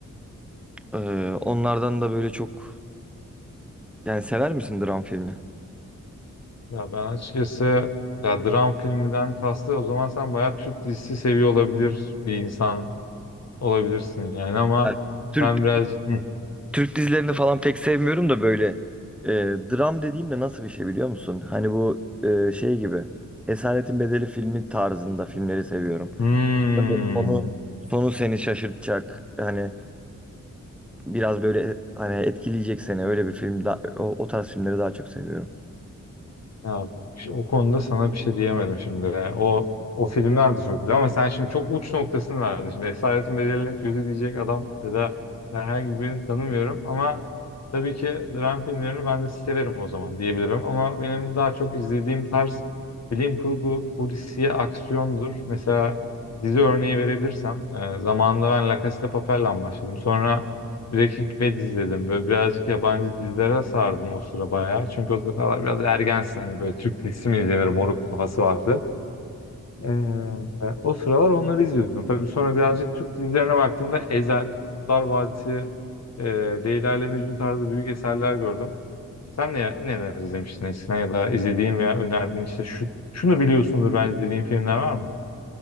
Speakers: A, in the centre; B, on the left.
A: E, onlardan da böyle çok yani sever misin dram filmi?
B: Ya ben açıkçası ya dram filminden kastı o zaman sen bayağı Türk dizisi seviyor olabilir bir insan olabilirsin yani ama
A: Evet. Türk
B: ben birazcık Hı.
A: Türk dizilerini falan pek sevmiyorum da böyle e, dram dediğimde nasıl bir şey biliyor musun? Hani bu e, şey gibi Esaretin Bedeli filmi tarzında filmleri seviyorum.
B: Hmm.
A: Onu sonu seni şaşırtacak hani biraz böyle hani etkileyecek seni öyle bir film da, o, o tarz filmleri daha çok seviyorum.
B: Ya, şu- o konuda sana bir şey diyemedim şimdi. O o filmler de çok güzel ama sen şimdi çok uç noktasını verdin. Şimdi Esaretin bedeline kötü diyecek adam ya da herhangi birini tanımıyorum ama Tabii ki dram filmlerini ben de severim o zaman diyebilirim ama benim daha çok izlediğim tarz bilim kurgu, polisiye, aksiyondur. Mesela dizi örneği verebilirsem e, zamanında ben La Casa de Papel'le başladım. Sonra Breaking Bad izledim. Böyle birazcık yabancı dizilere sardım o sıra bayağı. Çünkü o sıralar biraz ergensin. Hani böyle Türk dizisi mi izlenir moruk kafası vardı. Ee, o sıralar onları izliyordum. Tabii sonra birazcık Türk dizilerine baktığımda Ezel, Kurtlar Vadisi, e, Leyla ile Mecnun tarzı büyük eserler gördüm. Sen ne, neler izlemiştin eskiden ya da izlediğin veya önerdiğin işte şu, şunu biliyorsundur bence dediğin filmler var mı?